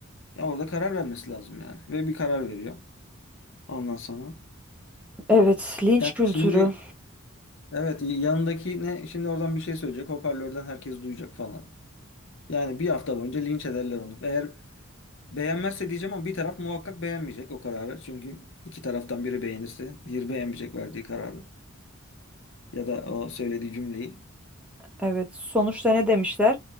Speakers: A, on the left; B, in the centre.
A: Ya orada karar vermesi lazım yani ve bir karar veriyor ondan sonra.
B: Evet, linç
A: Ya
B: kültürü.
A: şimdi Evet yanındaki ne şimdi oradan bir şey söyleyecek hoparlörden herkes duyacak falan. Yani bir hafta boyunca linç ederler onu. Eğer beğenmezse diyeceğim ama bir taraf muhakkak beğenmeyecek o kararı. Çünkü iki taraftan biri beğenirse diğeri beğenmeyecek verdiği kararı ya da o söylediği cümleyi.
B: Evet, sonuçta ne demişler?